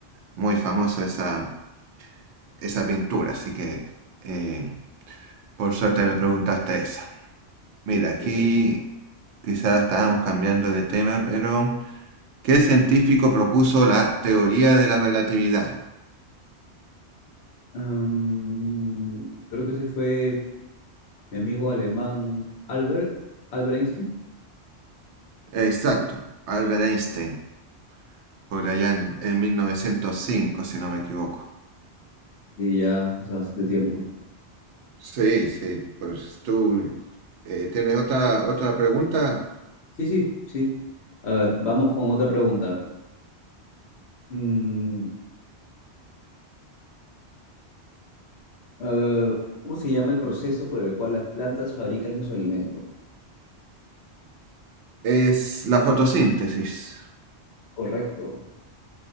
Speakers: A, on the right (about 85°); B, on the left (about 70°).
A: muy famosa esa. esa pintura. Así que, eh, por suerte me preguntaste esa. Mira,
B: Sí,
A: aquí
B: genial.
A: quizás estábamos cambiando de tema, pero ¿qué científico propuso la teoría de la relatividad?
B: Mm, creo que ese fue mi amigo alemán Albert, Albert Einstein.
A: Exacto, Albert Einstein, por allá en, en 1905, si no me equivoco.
B: Y ya hace bastante tiempo.
A: Sí, sí, pues tú eh, tienes otra, otra pregunta.
B: Sí, sí, sí. A ver, vamos con otra pregunta. Mm, eh, ¿cómo se llama el proceso por el cual las plantas fabrican su alimento?
A: Es la fotosíntesis.
B: Correcto,